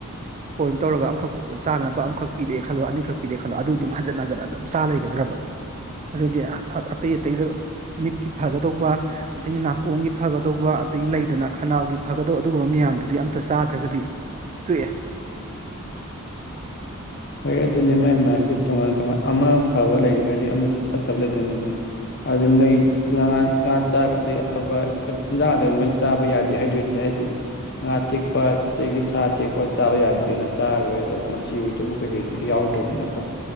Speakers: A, on the right; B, on the left.
A: ꯄꯣꯏꯟ ꯇꯧꯔꯒ ꯑꯃꯈꯛ ꯆꯥꯅꯕ ꯑꯃꯈꯛ ꯄꯤꯔꯦ ꯈꯜꯂꯣ ꯑꯅꯤꯈꯛ ꯄꯤꯔꯦ ꯈꯜꯂꯣ ꯑꯗꯨ ꯑꯗꯨꯝ ꯍꯟꯖꯟ ꯍꯟꯖꯟꯅ ꯑꯗꯨꯝ ꯆꯥ ꯂꯩꯒꯗ꯭ꯔꯕ ꯑꯗꯨꯗꯤ ꯑꯇꯩ ꯑꯇꯩꯗ ꯃꯤꯠ ꯀꯤ ꯐꯒꯗꯧꯕ ꯑꯗꯒꯤ ꯅꯥꯀꯣꯡꯒꯤ ꯐꯒꯗꯧꯕ ꯑꯗꯒꯤ ꯂꯩꯗꯅ ꯈꯅꯥꯎꯒꯤ ꯐꯒꯗꯧꯕ ꯑꯗꯨꯒꯨꯝꯕ ꯃꯌꯥꯝꯗꯨꯗꯤ ꯑꯝꯇ ꯆꯥꯗ꯭ꯔꯒꯗꯤ ꯇꯣꯛꯑꯦ
B: ꯍꯣꯏ ꯑꯗꯨꯅꯦ ꯃꯥꯥꯏ ꯃꯥꯒꯤ ꯇꯣꯉꯥꯟ ꯇꯣꯉꯥꯟ ꯑꯃ ꯐꯕ ꯂꯩꯔꯒꯗꯤ ꯑꯃꯗꯨ ꯐꯠꯇꯕ ꯂꯩꯗꯣꯏꯅꯦꯕ ꯑꯗꯨꯏ ꯃꯣꯏ ꯉꯥ ꯉꯥ ꯆꯥꯛ ꯑꯗꯩ ꯑꯐꯕ ꯆꯤꯟꯖꯥꯛ ꯉꯥꯛꯇꯅꯤ ꯃꯣꯏ ꯆꯥꯕ ꯌꯥꯗꯦ ꯍꯥꯏꯗꯣꯏꯁꯦ ꯍꯥꯏꯗꯤ ꯉꯥ ꯇꯦꯛꯄ ꯑꯗꯒꯤ ꯁꯥ ꯇꯦꯛꯄ ꯆꯥꯕ ꯌꯥꯗꯦꯅ ꯆꯥꯔꯔꯣꯏ ꯑꯗꯨ ꯃꯆꯤ ꯑꯣꯏꯗꯧꯕ ꯀꯩꯀꯩꯣꯝ ꯌꯥꯎꯗ꯭ꯔꯕꯅꯤꯅꯀꯣ